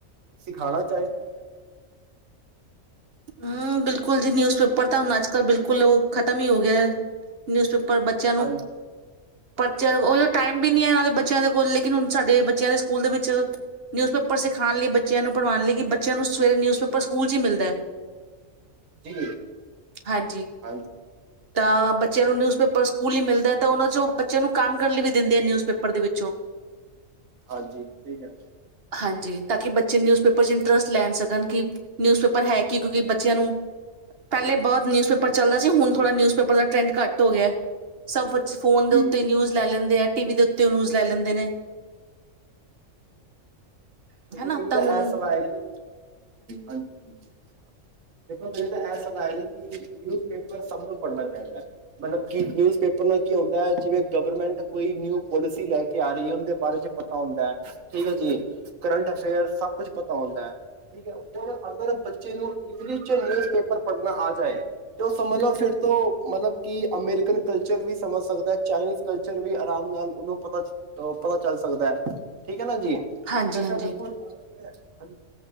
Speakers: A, on the right; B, on the right.
A: ਸਿਖਾਉਣਾ ਚਾਹੀਦਾ
B: ਹਮ ਬਿਲਕੁਲ ਜੀ ਨਿਊਜ਼ ਪੇਪਰ ਤਾਂ ਹੁਣ ਆੱਜ ਕਲ ਬਿਲਕੁਲ ਉਹ ਖਤਮ ਹੀ ਹੋ ਗਿਆ ਹੈ ਨਿਊਜ਼ ਪੇਪਰ ਪਰ ਬੱਚਿਆਂ ਨੂੰ
A: ਹਾਂਜੀ
B: ਪਰਚਿਆਂ ਟਾਈਮ ਵੀ ਨਹੀਂ ਹੈ ਬੱਚਿਆਂ ਦੇ ਕੋਲੇ ਸਾਡੇ ਬੱਚਿਆਂ ਦੇ ਸਕੂਲ ਦੇ ਵਿੱਚ ਨਿਊਜ਼ ਪੇਪਰ ਸਿਖਾਉਣ ਲਈ ਬੱਚਿਆਂ ਨੂੰ ਪੜ੍ਹਾਉਣ ਲਈ ਕਿ ਬੱਚਿਆਂ ਨੂੰ ਸਵੇਰੇ ਨਿਊਜ਼ ਪੇਪਰ ਸਕੂਲ ਚ ਹੀ ਮਿਲਦਾ ਹੈ
A: ਜੀ
B: ਹਾਂਜੀ
A: ਹਾਂਜੀ
B: ਤਾਂ ਬੱਚਿਆਂ ਨੂੰ ਨਿਊਜ਼ਪੇਪਰ ਸਕੂਲ ਹੀ ਮਿਲਦਾ ਤਾਂ ਉਹਨਾਂ ਚੋਂ ਬੱਚਿਆਂ ਨੂੰ ਕੰਮ ਕਰਨ ਲਈ ਵੀ ਦਿੰਦੇ ਆ ਨਿਊਜ਼ਪੇਪਰ ਦੇ ਵਿੱਚੋਂ
A: ਹਾਂਜੀ ਠੀਕ ਹੈ
B: ਹਾਂਜੀ ਤਾਂ ਕਿ ਬੱਚੇ ਨਿਊਜ਼ਪੇਪਰ ਚ ਇੰਟਰਸਟ ਲੈਣ ਸਕਣ ਕਿ ਨਿਊਜ਼ਪੇਪਰ ਹੈ ਕਿ ਕਿਉਂਕਿ ਬੱਚਿਆਂ ਨੂੰ ਪਹਿਲੇ ਬਹੁਤ ਨਿਊਜ਼ਪੇਪਰ ਚੱਲਦਾ ਸੀ ਹੁਣ ਥੋੜ੍ਹਾ ਨਿਊਜ਼ਪੇਪਰ ਦਾ ਟਰੈਂਡ ਘੱਟ ਹੋ ਗਿਆ ਸਭ ਫੋਨ ਦੇ
A: ਜੀ
B: ਉੱਤੇ ਨਿਊਜ਼ ਲੈ ਲੈਂਦੇ ਆ ਟੀ ਵੀ ਦੇ ਉੱਤੇ ਉਹ ਨਿਊਜ਼ ਲੈ ਲੈਂਦੇ ਨੇ
A: ਦੇਖੋ
B: ਹਨਾ
A: ਮੇਰੀ ਤਾਂ
B: ਹੁਣ
A: ਇਹ ਸਵਾਲ ਹੈ ਕਿ ਹਾਂਜੀ ਦੇਖੋ ਮੈਨੂੰ ਤਾਂ ਇਹ ਸਲਾਹ ਜੀ ਕਿ ਨਿਊਜ਼ ਪੇਪਰ ਸਭ ਨੂੰ ਪੜਨਾ ਚਾਹੀਦਾ ਹੈ ਮਤਲਬ ਕਿ ਨਿਊਜ਼ ਪੇਪਰ ਨਾਲ ਕੀ ਹੁੰਦਾ ਹੈ ਜਿਵੇਂ ਗਵਰਮੈਂਟ ਕੋਈ ਨਿਊ ਪੋਲਿਸੀ ਲੈ ਕੇ ਆ ਰਹੀ ਹੈ ਉਹਦੇ ਬਾਰੇ ਚ ਪਤਾ ਹੁੰਦਾ ਹੈ ਠੀਕ ਹੈ ਜੀ ਕਰੰਟ ਅਫੇਅਰ ਸਭ ਕੁਛ ਪਤਾ ਹੁੰਦਾ ਹੈ ਠੀਕ ਹੈ ਅਗਰ ਬੱਚੇ ਨੂੰ ਇੰਗਲਿਸ਼ ਚ ਨਿਊਜ਼ ਪੇਪਰ ਪੜ੍ਹਨਾ ਆ ਜਾਏ ਤੇ ਉਹ ਸਮਝ ਲਓ ਫਿਰ ਤੋਂ ਮਤਲਬ ਕਿ ਅਮੈਰੀਕਨ ਕਲਚਰ ਵੀ ਸਮਝ ਸਕਦਾ ਹੈ ਚਾਈਨੀਜ਼ ਕਲਚਰ ਵੀ ਆਰਾਮ ਨਾਲ ਉਹਨੂੰ ਪਤਾ ਪਤਾ ਚੱਲ ਸਕਦਾ ਹੈ ਠੀਕ ਨਾ ਜੀ
B: ਹਾਂਜੀ
A: ਜੀ
B: ਹਾਂਜੀ